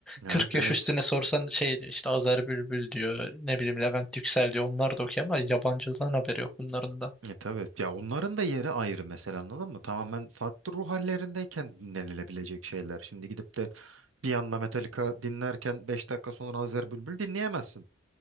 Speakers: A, on the right; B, in the centre.
A: Evet
B: 40
A: evet.
B: yaş üstüne sorsan şey diyor, işte Azer Bülbül diyor ne bileyim Levent Yüksel diyor onlar da okuyor ama yabancıdan haberi yok bunların da.
A: E, tabii. Ya onların da yeri ayrı mesela anladın mı? Tamamen farklı ruh hallerindeyken dinlenilebilecek şeyler. Şimdi gidip de bir yanda Metallica dinlerken 5 dakika sonra Azer Bülbül dinleyemezsin.